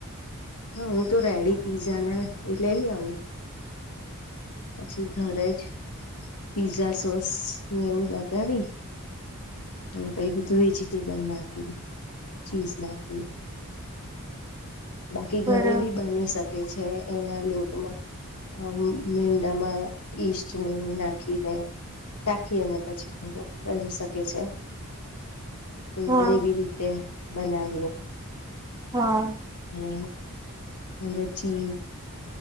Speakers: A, on the left; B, on the right.
A: હા હું તો રેડી પીઝા ના એ લઈ આવું. પછી ઘરે જ પીઝા સોસ ને એવું લગાડી. અને બધું વેજીિટેબલ નાખવું ચીઝ નાખવું. બાકી
B: બરાબર
A: ઘરે બી બાની શકે છે એના લોટમાં. હ મીંડામાં ઈસ્ટ નેવું નાખીને. રાખી અને પછી ઘર બની શકે છે. કોઈ
B: હા
A: વાર એવી રીતે બનાવીએ.
B: હા.
A: <unintelligible> અને ચી